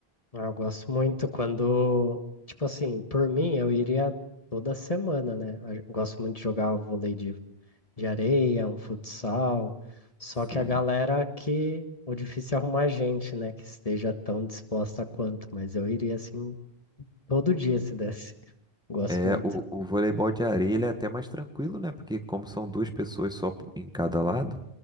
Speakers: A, on the left (about 35°); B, in the centre.
A: ah, eu gosto muito quando, tipo assim, por mim eu iria toda semana, né? A- eu Gosto muito de jogar vôlei de, de areia, um futsal, só
B: Sim.
A: que a galera que o difícil é arrumar gente, né? Que esteja tão disposta quanto, mas eu iria assim todo dia se desse. <laughs> Gosto
B: É,
A: muito.
B: o, o voleibol de areia ele é até mais tranquilo, né? Porque como são duas pessoas só p- em cada lado,